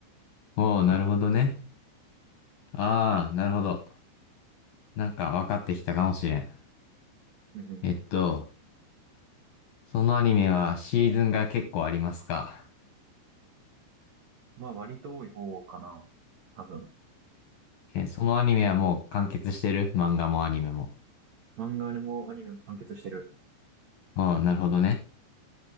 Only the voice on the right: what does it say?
うんうん。
まあ割と多い方かな。多分。
漫画でもアニメも完結してる。